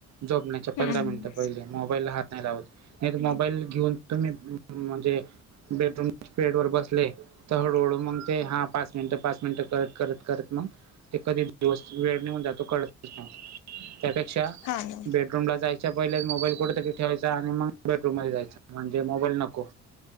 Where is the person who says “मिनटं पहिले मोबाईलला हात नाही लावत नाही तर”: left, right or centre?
Right